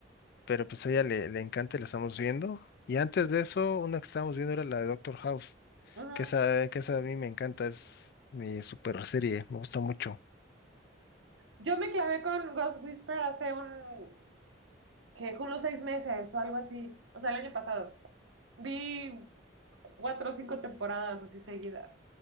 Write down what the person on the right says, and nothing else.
Ujú.
Yo me clavé con Ghost Whisperer hace un, que unos seis meses o algo así, o sea, el año pasado. Vi cuatro o cinco temporadas así seguidas.